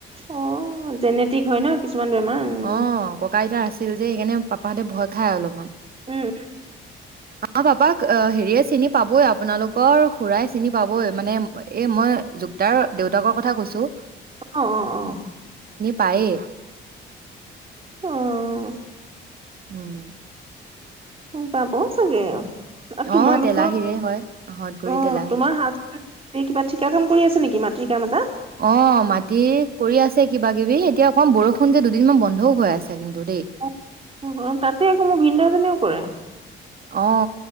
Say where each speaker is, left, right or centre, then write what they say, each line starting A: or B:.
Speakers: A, on the right; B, on the right.
A: অ' জেনেটিক হয় ন কিছুমান বেমাৰ, উম।
B: অ', ককা আইতাৰ আছিল যে সেইকাৰণে পাপাহঁতে ভয় খায় অলপমান।
A: উম উম।
B: <unintelligible> পাপাক। অ হেৰিয়ে চিনি পাবই আপোনালোকৰ খুৰাই চিনি পাবই মানে এই মই যুক্তাৰ দেউতাকৰ কথা কৈছোঁ।
A: অ' অ' অ'।
B: পায়ে।
A: অ'।
B: উম।
A: অ পাব ছাগে। তোমালোকৰ,
B: অ তেলাহীৰে হয় আহঁতগুৰি
A: অহ
B: তেলাহী
A: - তোমাৰ হাজবেণ্ডে কিবা ঠিকা কাম কৰি আছে নেকি মাটিৰ কাম এটা?
B: অ মাটি কৰি আছে কিবা কিবি এতিয়া অকম বৰষুণ যে দুদিনমান বন্ধও হৈ আছে। কিন্তু দেই
A: <unintelligible> তাতে আকৌ মোৰ ভিনদেউ জনেও কৰে।
B: অ।